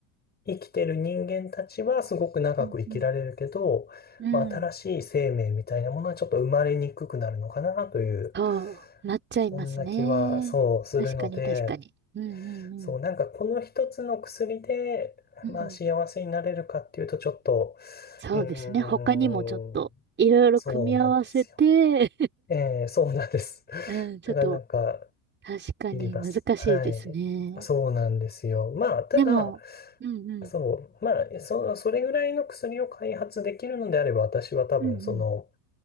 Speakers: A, on the left; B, on the right.
A: 生きてる人間たちはすごく長く生きられるけど、
B: うんうん。うん
A: まあ、新しい生命みたいなものはちょっと生まれにくくなるのかなという、
B: そう、なっちゃいますね。
A: そんな気はそうするので、
B: 確かに確かに。うんうんうん。
A: そう、なんかこの一つの薬で、
B: うん。
A: まあ幸せになれるかっていうとちょっと、
B: そうですね。
A: うーん、
B: 他にもちょっといろいろ組み合わせて
A: そうなんですよ。ええ、そうなんです。
B: <laughs>
A: <laughs>
B: うん、ちょっと
A: だからなんか、
B: 確かに難しいですね。
A: いります。はい。そうなんですよ。まあ、ただ、
B: でも、うんうん。
A: そう、まあ、そ、それぐらいの薬を開発できるのであれば、私は多分、
B: うんうん。
A: その、